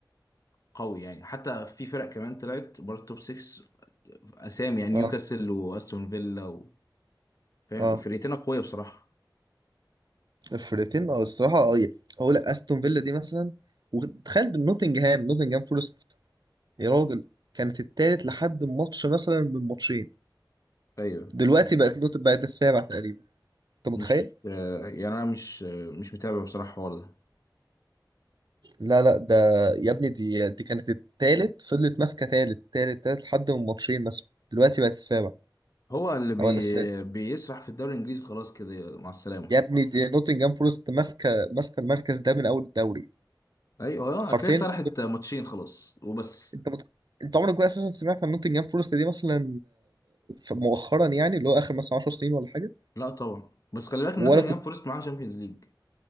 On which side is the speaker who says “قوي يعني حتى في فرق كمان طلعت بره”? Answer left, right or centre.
Left